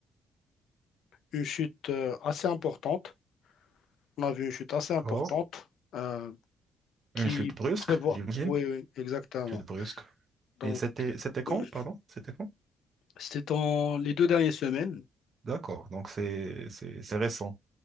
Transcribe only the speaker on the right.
D'accord.
Une chute brusque,
j'imagine.
Chute brusque.
Et c'était, c'était quand,
pardon? C'était quand?
D'accord. Donc c'est, c'est, c'est récent.